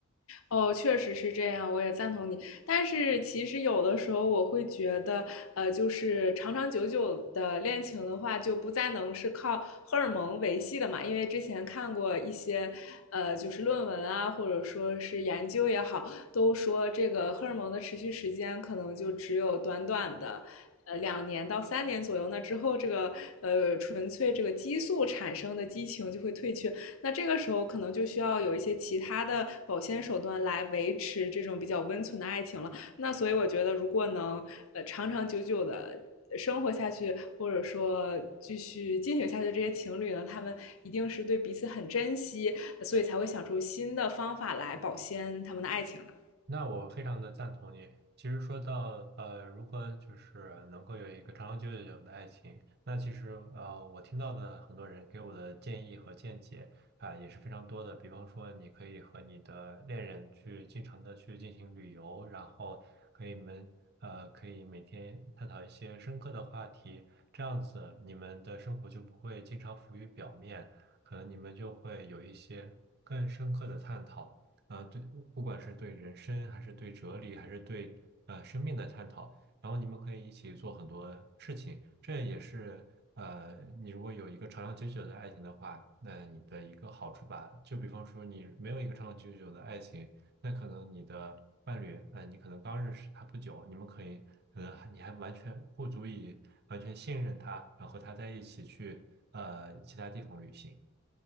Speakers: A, on the left; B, on the right.
A: 哦，确实是这样，我也赞同你。但是其实有的时候我会觉得，呃，就是长长久久的恋情的话，就不再能是靠荷尔蒙维系的嘛。因为之前看过一些，呃，就是论文啊，或者说是研究也好，都说这个荷尔蒙的持续时间可能就只有短短的。呃，两年到三年左右，那之后这个呃，纯粹这个激素产生的激情就会退却。那这个时候可能就需要有一些其他的保鲜手段来维持这种比较温存的爱情了。那所以我觉得，如果能呃长长久久的生活下去，或者说继续进行下去，这些情侣呢，他们一定是对彼此很珍惜，所以才会想出新的方法来保鲜他们的爱情的。
B: 那我非常的赞同你。其实说到呃，如何就是能够有一个长长久久的爱情，那其实呃，我听到的很多人给我的建议和见解啊，也是非常多的。比方说，你可以和你的恋人去经常的去进行旅游，然后可以们呃，可以每天探讨一些深刻的话题，这样子你们的生活就不会经常浮于表面，可能你们就会有一些更深刻的探讨。呃，对，不管是对人生，还是对哲理，还是对呃生命的探讨，然后你们可以一起做很多事情，这也是呃，你如果有一个长长久久的爱情的话，那你的一个好处吧。就比方说你没有一个长长久久的爱情，那可能你的伴侣，呃，你可能刚认识他不久，你们可以，可能还你还完全不足以完全信任他，然后和他在一起去呃其他地方旅行。